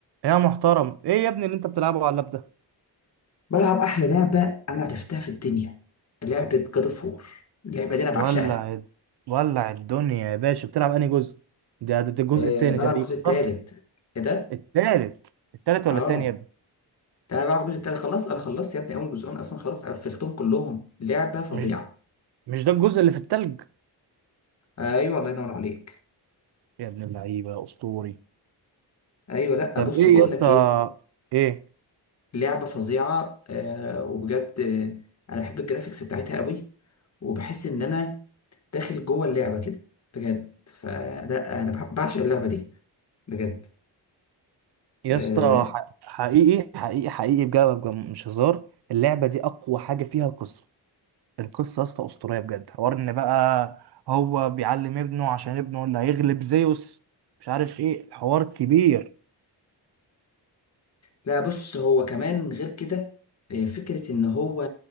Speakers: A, on the right; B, on the left.
A: يا محترم ايه يا ابني اللي انت بتلعبه على اللاب ده
B: بلعب احلى لعبه انا عرفتها في الدنيا لعبه جاد اوف وور اللعبه دي انا بعشقها
A: ولع الد- ولع الدنيا يا باشا بتلعب انهي جزء ده ده, ده الجزء
B: أه
A: التاني
B: بلعب
A: تقريبا
B: الجزء التالت
A: صح
B: ايه ده
A: التالت التالت ولا
B: اه
A: التاني يا ابني
B: لا انا بلعب الجزء التالت خلاص انا خلصت يا ابني اول جزئين اصلا خلاص قفلتهم كلهم لعبه فظيعه
A: مش مش ده الجزء اللي في التلج
B: ايوه الله ينور عليك
A: يا ابن اللعيبه اسطوري
B: ايوه لا
A: طب
B: بص
A: ايه
B: بقول
A: يا اسطى
B: لك ايه
A: ايه
B: لعبه فظيعه أه وبجد آه، انا بحب الجرافيكس بتاعتها قوي وبحس ان انا داخل جوه اللعبه كده بجد فلا انا بحب- بعشق اللعبه دي بجد
A: يا
B: آه،
A: اسطى ح- حقيقي حقيقي حقيقي بجد بجد مش هزار اللعبه دي اقوى حاجه فيها القصه القصة يا اسطى أسطورية بجد حوار إن بقى هو بيعلم ابنه عشان ابنه اللي هيغلب زيوس مش عارف إيه الحوار كبير
B: لا بص هو كمان غير كده آه، فكرة ان هو